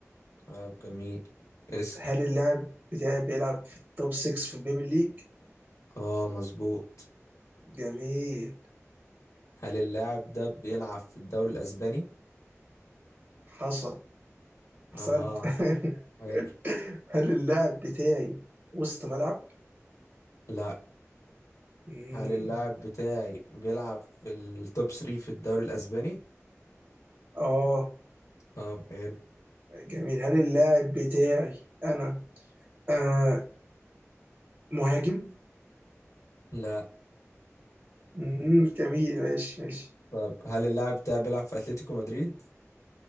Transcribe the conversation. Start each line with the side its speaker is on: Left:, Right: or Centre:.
Left: اه جميل اسأل
Right: هل اللاعب بتاعي بيلعب في التوب 6 في البيبي ليج
Left: اه مظبوط
Right: جميل
Left: هل اللاعب ده بيلعب في الدوري الأسباني؟
Right: حصل احسنت
Left: اه
Right: <laughs>
Left: حلو
Right: هل اللاعب بتاعي وسط ملعب
Left: لا
Right: مم.
Left: هل اللاعب بتاعي بيلعب في التوب 3 في الدوري الأسباني؟
Right: اه
Left: طب حلو
Right: جميل هل اللاعب بتاعي انا آه مهاجم
Left: لا
Right: مم، جميل ماشي ماشي
Left: طب هل اللاعب بتاعي بيلعب في أتلتيكو مدريد؟